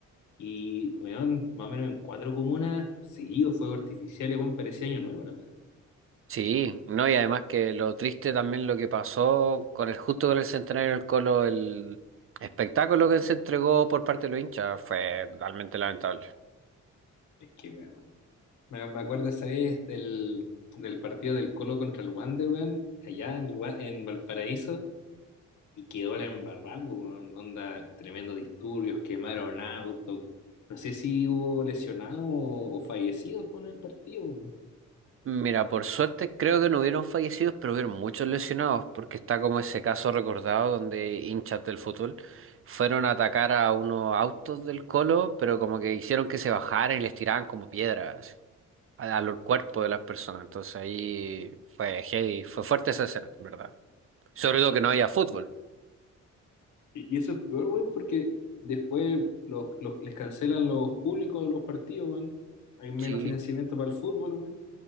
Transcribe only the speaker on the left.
Y, weón, más o menos en cuatro comunas, seguido fuegos artificiales weón, parecía año nuevo la weón.
Es que, weón. Me, me acuerdo esa vez del, del partido del Colo contra el Wander, weón, allá en, el, Wa- en Valparaíso, y quedó la embarrada, po, weón. Onda, tremendos disturbios, quemaron autos. No sé si hubo lesionados o, o fallecidos con el partido, weón.
Y y eso es peor, weón, porque después los, los- les cancelan los públicos a los partidos, weón. Hay menos
financiamiento para el fútbol, weón.